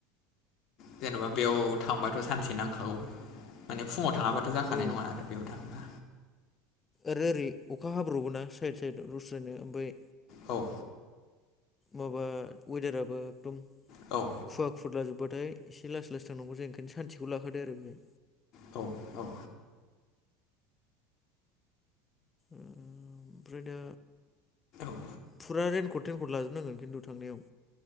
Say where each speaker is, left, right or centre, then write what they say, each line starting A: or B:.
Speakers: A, on the left; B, on the left.
A: जेनबा बेयाव थांबाथ सानसे नांखागौ माने फुङाव थाङाबा थ जाखानाय
B: औ
A: नङा आरो बेयाव थाङोब्ला
B: आरो ओरै अखा हाब्रबोना साइद साइदाव दस्रायनो ओमफ्राय
A: औ
B: माबा वेदाराबो एकदम
A: औ
B: खुव खुुदलाजोबबाथाय एसे लासै लासै थांनांगौ जायो ओंखायनो सानसेखौ लाखादो आरो बेहाय
A: औ औ
B: ओमफ्राय दा
A: औ
B: फुरा रैन कट तेंकद लाजोबनांगोन खिन्थु थांनायाव